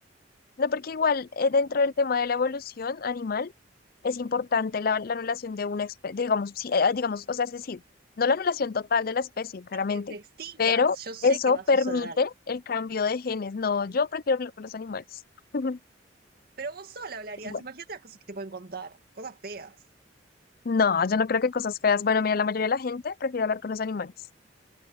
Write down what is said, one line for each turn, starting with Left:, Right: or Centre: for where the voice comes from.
Left: No, porque igual eh, dentro del tema de la evolución animal es importante la, la anulación de una especie, digamos, sí, eh, digamos, o sea, es decir, no la anulación total de la especie, claramente,
Right: Sí, que te extingas,
Left: pero
Right: yo sé
Left: eso
Right: que va a suceder.
Left: permite el cambio de genes. No, yo prefiero hablar con los animales. <laughs>
Right: Pero vos sola hablarías,
Left: Igual.
Right: imagínate las cosas que te pueden contar, cosas feas.
Left: No, yo no creo que cosas feas. Bueno, mira, la mayoría de la gente prefiere hablar con los animales.